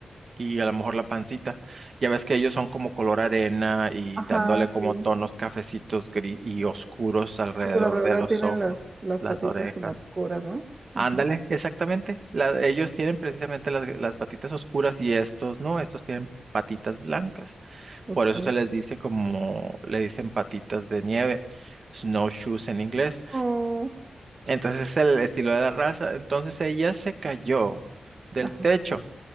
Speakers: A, on the right; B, on the right.
A: y a lo mejor la pancita. Ya ves que ellos son como color arena y
B: Ajá,
A: dándole
B: sí.
A: como tonos cafecitos gris y oscuros alrededor
B: Sí, por lo regular
A: de los
B: tienen
A: ojos,
B: las, las
A: las
B: patitas
A: orejas.
B: como obscuras, ¿no?
A: Ándale,
B: Ajá.
A: exactamente. La- ellos tienen precisamente las, las patitas oscuras y estos no, estos tienen patitas blancas.
B: Ok.
A: Por eso se les dice como le dicen patitas de nieve, snowshoes en inglés.
B: Oh,
A: Entonces es el estilo de la raza. Entonces ella se cayó del
B: ajá.
A: techo